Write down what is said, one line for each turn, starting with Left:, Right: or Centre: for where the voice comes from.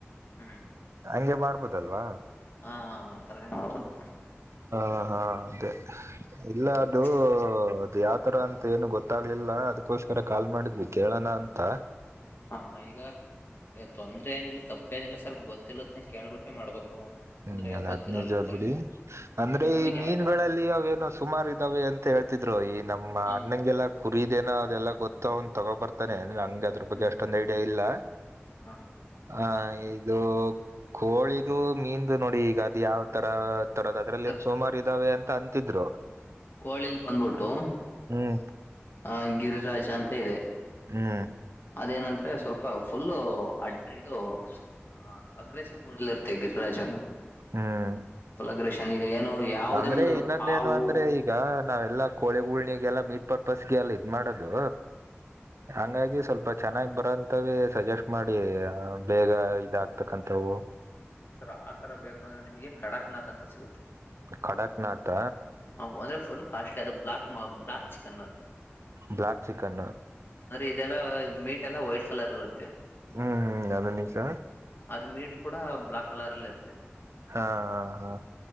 Left: ಹ್ಮ್
Right: ಹಂಗೆ ಮಾಡ್ಬೋದಲ್ವಾ.
Left: ಹಾ ಅತರನೆ ಮಾಡಬೋದ್
Right: ಹಾ ಹಾ ಅದೇ ಇಲ್ಲ
Left: ಹ್ಮ್
Right: ಅದು ದ್ಯಾ ಯಾವತರ ಅಂತ ಏನು ಗೊತ್ತಾಗ್ಲಿಲ್ಲ ಅದ್ಕೋಸ್ಕರ ಕಾಲ್ ಮಾಡಿದ್ವಿ ಕೇಳೋಣ ಅಂತ.
Left: ಹಾ ಹಾ ಈಗ ತೊಂದ್ರೆ ಏನಿಲ್ಲ ತಪ್ಪೇಏನಿಲ್ಲ ಸರ್ ಗೊತ್ತಿಲ್ಲದ್ನ ಕೇಳ್ಬಿಟ್ಟೆ ಮಾಡ್ಬೇಕು.
Right: ಹ್ಮ್
Left: ಅಂದ್ರೆ
Right: ಎಲ್ಲ
Left: ಗೊತ್ತಿರೋರು
Right: ಅದ ನಿಜ
Left: ಇರ್ತಾರೆ
Right: ಬಿಡಿ. ಅಂದ್ರೆ
Left: ನಮಗ್
Right: ಈ
Left: ಯಾವ
Right: ಮೀನ್ಗಳಲ್ಲಿ
Left: ತರ
Right: ಅವೇಏನೋ ಸುಮಾರು ಇದಾವೆ ಅಂತ ಹೇಳ್ತಿದ್ರು ಈ ನಮ್ಮ
Left: ಹ
Right: ಅಣ್ಣಂಗೆಲ್ಲ ಕುರಿದೇನ ಅದೆಲ್ಲ ಗೊತ್ತ ಅವನ್ ತಗೋಬರ್ತಾನೆ ನನ್ಗ ಅದ್ರ ಬಗ್ಗೆ
Left: ಹ್ಮ್
Right: ಅಷ್ಟೊಂದ್
Left: ಹ್ಮ್
Right: ಐಡಿಯಾ ಇಲ್ಲ.
Left: ಹ
Right: ಹಾ ಇದು. ಕೋಳಿದು ಮಿಂನದು ನೋಡಿ ಈಗ ಅದ್ ಯಾವ ತರ ತರೋದ ಅದ್ರಲ್ಲಿ
Left: ಸರ್
Right: ಏನ್ ಸುಮಾರ ಇದ್ದಾವೆ ಅಂತ ಅಂತಿದ್ರು.
Left: ಕೋಳಿಲ್ ಬಂದ್ಬಿಟ್ಟು
Right: ಹ್ಮ್
Left: ಆ ಗಿರಿರಾಜ ಅಂತ ಇದೆ.
Right: ಹ್ಮ್
Left: ಅದೇನಂದ್ರೆ ಸ್ವಲ್ಪ ಫುಲ್ಲು ಅಡ್ಡ ಇದು ಹ ಅಗ್ರೆಸಿವ್ ಮೂಡಲಿ ಇರ್ತೆರ್ ತೆಗೀರ್ ರಾಜಾ ನೀವ್.
Right: ಹ್ಮ್
Left: ಪುಲ ಅಗ್ರೇಶನ್ ಈಗ ಏನು ಯಾವುದೇ
Right: ಅಂದ್ರೆ
Left: ಒಂದು
Right: ಇನ್ನೊಂದೇನು
Left: ಹಾವು.
Right: ಅಂದ್ರೆ ಈಗ ನಾವೆಲ್ಲಾ ಕೋಳಿಗೂಣಿಗೆಲ್ಲ ಮೀಟ್ ಪರ್ಪಸ್ಗೆ ಎಲ್ಲ ಇದ್ ಮಾಡೋದು ಹಂಗಾಗಿ ಸ್ವಲ್ಪ ಚೆನ್ನಾಗಿ ಬರೋಂತವ ಸಜೆಸ್ಟ್ ಮಾಡಿ ಬೇಗ ಇದಾಗಗ್ತಕ್ಕಂತವು.
Left: ಸರ್ ಆಥರ ಬೇಕು ಅಂದ್ರೆ ನಿಮಗೆ ಕಡಕ್ನಾಥ್ ಅಂತ ಸಿಗುತ್ತೆ.
Right: ಕಡಕ್ನಾಥ.
Left: ಹ ಒಂದ್ರೆ ಫುಲ್ ಕಾಸ್ಟ್ಲಿ ಅದು ಬ್ಲಾಕ್ ಬ್ಲಾಕ್ ಚಿಕನ್ ಅದು.
Right: Black chicken.
Left: ಇದೆಲ್ಲಾ ಮೀಟ್ ಎಲ್ಲ ವೈಟ್ ಕಲರ್ ಇರುತ್ತೆ.
Right: ಹ್ಮ್ ಹ್ಮ್ ಅದು ನಿಜಾ.
Left: ಅದ್ ಮೀಟ್ ಕೂಡ ಬ್ಲಾಕ್ ಕಲರ್ ಅಲ್ಲಿ ಇರುತ್ತೆ.
Right: ಹಾ ಹಾ ಹಾ.